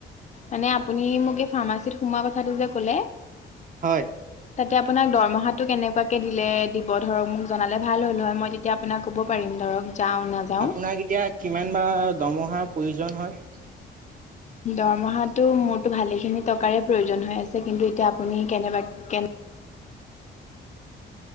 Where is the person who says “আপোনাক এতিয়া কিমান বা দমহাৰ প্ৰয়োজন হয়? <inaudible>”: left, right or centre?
Right